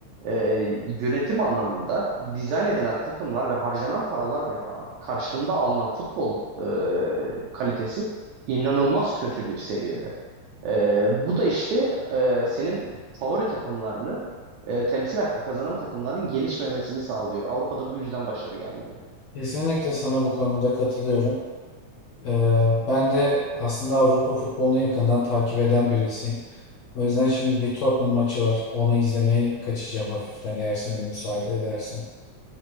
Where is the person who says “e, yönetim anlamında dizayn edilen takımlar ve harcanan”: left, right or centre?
Right